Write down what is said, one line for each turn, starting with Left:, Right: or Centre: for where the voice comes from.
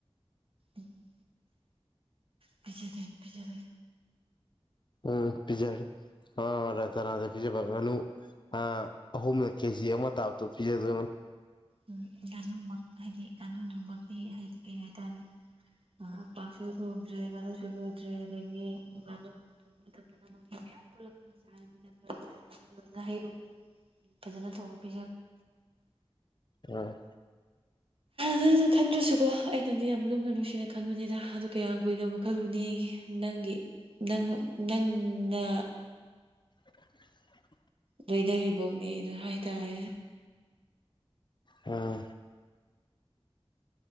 Right: ꯎꯝ ꯄꯕꯤꯖꯦꯔꯤ ꯄꯕꯤꯖꯦꯔꯤ
Left: ꯎ ꯄꯤꯖꯔ ꯊꯅꯗ ꯄꯤꯖꯅ ꯑ ꯑꯍꯨꯝꯅ ꯀꯦꯖꯤ ꯑꯃ ꯇꯥꯕꯗ ꯄꯤꯖꯗ
Right: ꯎꯝ ꯉꯥꯅꯨꯃꯛ ꯍꯥꯏꯗꯤ ꯉꯥꯅꯨꯗꯨꯃꯛꯀꯤ ꯍꯥꯏꯗꯤ ꯀꯩ ꯍꯥꯏꯇꯥꯔꯦ ꯑ ꯄꯥꯁꯦ ꯊꯧꯛ꯭ꯔꯦꯒꯅ ꯁꯂꯗ꯭ꯔꯦ ꯂꯩꯒꯗꯒꯤ ꯉꯅ ꯃꯇꯝꯗ ꯃꯤ ꯃꯌꯥꯝ ꯄꯨ ꯄꯨ ꯆꯥꯔꯃꯤꯅ ꯐ ꯆꯥꯔꯁꯦ ꯑꯣ ꯉꯍꯩꯔꯥꯎꯒꯤ ꯏ ꯑꯗꯨ ꯇꯣꯄꯤ
Left: ꯎꯝ
Right: ꯅꯪꯅ ꯈꯟꯗ꯭ꯔꯁꯨꯀꯣ ꯑꯩꯅꯗꯤ ꯌꯥꯝ ꯂꯨꯝꯅ ꯅꯨꯡꯁꯤꯅ ꯈꯟꯕꯅꯤꯗ ꯑꯗꯨ ꯀꯌꯥꯝ ꯀꯨꯏꯅ ꯑꯃꯨꯛ ꯈꯜꯂꯨꯅꯤ ꯅꯪꯒꯤ ꯅꯪꯅ ꯅꯪꯅ
Left: <unintelligible>
Right: ꯂꯩꯅꯔꯤꯕꯧꯅꯦ ꯑꯗꯨ ꯍꯥꯏꯇꯥꯔꯦ
Left: ꯎꯝ